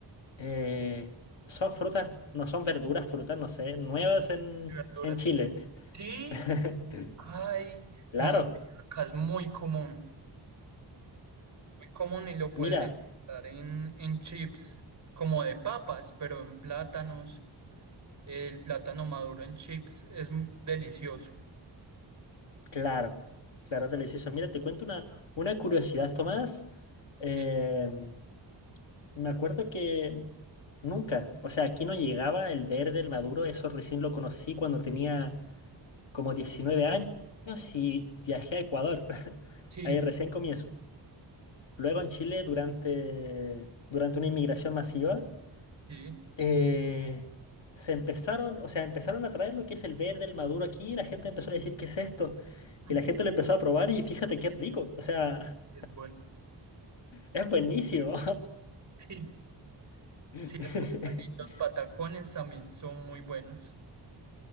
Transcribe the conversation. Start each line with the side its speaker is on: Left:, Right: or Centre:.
Left: Eh, son frutas, no son verduras, frutas, no sé, nuevas en,
Right: verduras.
Left: en Chile.
Right: Sí,
Left: <laughs>
Right: ay,
Left: Claro,
Right: no sabía, acá es muy común, muy común y lo puedes
Left: mira,
Right: encontrar en, en chips como de papas, pero en plátanos. El plátano maduro en chips es m- delicioso.
Left: claro, claro, delicioso. Mira, te cuento una, una curiosidad, Tomás. Em,
Right: Sí,
Left: Me acuerdo que nunca, o sea, aquí no llegaba el verde, el maduro, eso recién lo conocí cuando tenía como 19 años y viajé a Ecuador. <laughs>
Right: sí,
Left: Ahí recién comienzo. Luego en Chile, durante, durante una inmigración masiva,
Right: sí.
Left: eh, se empezaron, o sea, empezaron a traer lo que es el verde, el maduro aquí, y la gente empezó a decir, ¿qué es esto?
Right: <laughs>
Left: Y la gente lo empezó a probar y fíjate qué rico, o sea,
Right: Es bueno.
Left: es buenísimo.
Right: <laughs>
Left: <laughs>
Right: Sí, es muy bueno. Y los patacones también son muy buenos.